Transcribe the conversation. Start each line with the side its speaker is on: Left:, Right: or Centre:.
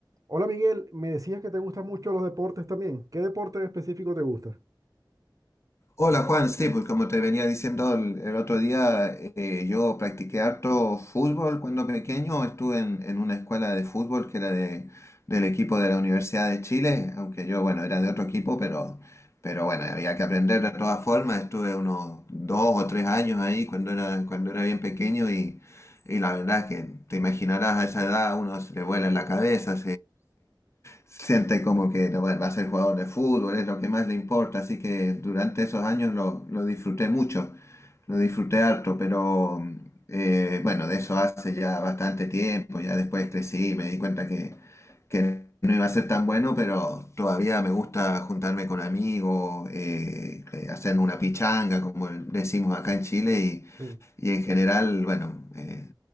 Right: Hola Miguel, me decías que te gustan mucho los deportes también. ¿Qué deporte en específico te gusta?
Left: Hola Juan, sí, pues como te venía diciendo el, el otro día, eh, yo practiqué harto fútbol cuando pequeño, estuve en, en una escuela de fútbol que era de, del equipo de la Universidad de Chile, aunque yo, bueno, era de otro equipo, pero, pero bueno, había que aprender de todas formas, estuve unos dos o tres años ahí cuando era, cuando era bien pequeño y, y la verdad es que te imaginarás a esa edad, uno se le vuela en la cabeza, siente como que no va, va a ser jugador de fútbol, es lo que más le importa, así que durante esos años lo, lo disfruté mucho, lo disfruté harto, pero eh, bueno, de eso hace ya bastante tiempo, ya después crecí, me di cuenta que, que no iba a ser tan bueno, pero todavía me gusta juntarme con amigos, eh, hacer una pichanga, como decimos acá en Chile,
Right: Sí,
Left: y en general, bueno, eh,